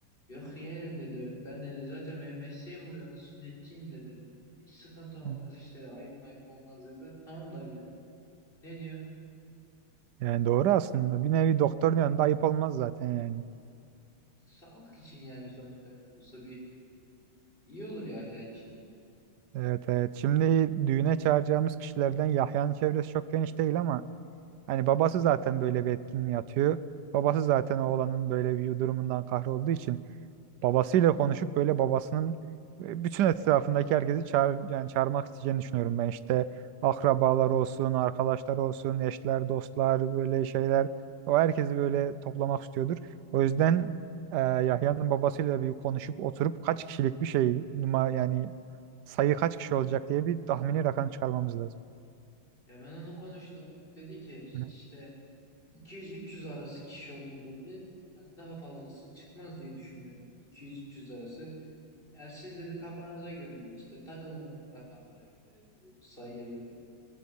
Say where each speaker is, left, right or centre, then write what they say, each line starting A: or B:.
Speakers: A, on the left; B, on the right.
A: Yok yeğenim dedi. Ben dedi zaten benim mesleğim bu dedi. Ben sünnetçiyim dedi. Hiç sıkıntı olmaz
B: Hı.
A: hiç dedi. Ayıp mayıp olmaz dedi. Ben tamam dayı dedim. Ne diyor?
B: Yani doğru aslında bir nevi doktorun yanında ayıp olmaz zaten yani.
A: Sağlık için yani sonuçta ne de olsa bir iyi olur Yahya için.
B: Evet evet şimdi düğüne çağıracağımız kişilerden Yahya'nın çevresi çok geniş değil ama hani babası zaten böyle bir etkinliğe atıyor. Babası zaten oğlanın böyle bir durumundan kahrolduğu için babasıyla konuşup böyle babasının e, bütün etrafındaki herkesi çağır, yani çağırmak isteyeceğini düşünüyorum ben işte akrabalar olsun, arkadaşlar olsun, eşler, dostlar böyle şeyler o herkesi böyle toplamak istiyordur. O yüzden e, Yahya'nın babasıyla bir konuşup oturup kaç kişilik bir şey numa yani sayı kaç kişi olacak diye bir tahmini rakam çıkarmamız lazım.
A: Ya ben onu konuştum. Dedi ki
B: Hı.
A: işte 200-300 arası kişi olur dedi. Hani daha fazlası çıkmaz diye düşünüyorum. 200-300 arası. Ya siz dedi kafanıza göre dedi işte takılın o rakamlara göre dedi bu sayıya göre.